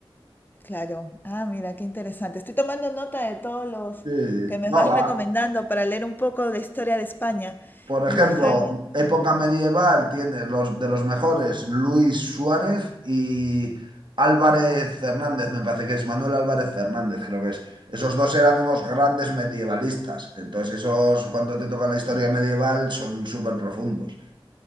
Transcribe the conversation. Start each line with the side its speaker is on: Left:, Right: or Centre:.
Left: claro, ah, mira, qué interesante. Estoy tomando nota de todos los
Right: sí.
Left: que me
Right: No
Left: vas
Right: va.
Left: recomendando para leer un poco de historia de España
Right: Por
Left: y
Right: ejemplo,
Left: dejar...
Right: época medieval tienes los de los mejores, Luis Suárez y Álvarez Fernández, me parece que es Manuel Álvarez Fernández, creo que es. Esos dos eran unos grandes medievalistas. Entonces, esos cuando te tocan la historia medieval son súper profundos.